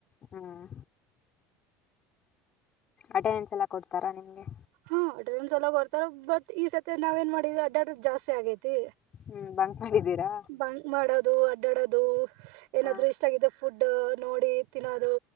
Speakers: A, on the left; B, on the right.
A: ಹ್ಮ್ ಅಟೆಂಡೆನ್ಸ್ ಎಲ್ಲಾ ಕೊಡ್ತಾರಾ ನಿಮ್ಗೆ
B: ಹಾ ಟ್ರೈನ್ ಸ ಎಲ ಹೊರ್ತಾರ ಬತ್ ಈ ಸತಿ ನಾವ್ ಏನ್ ಮಾಡಿವವಿ ಅಡ್ಡಡ್ ಜಾಸ್ತಿ ಆಗೇತಿ
A: ಹ್ಮ್ ಬಂಕ್ ಮಾಡಿದ್ದೀರಾ
B: ಬಂಕ್ ಮಾಡೋದು ಅದಾಡದ್ದು ಏನಾದ್ರು
A: ಹಾ
B: ಇಷ್ಟ ಆಾಗಿದೆ ಫುಡ್ ನೋಡಿ ತಿನದು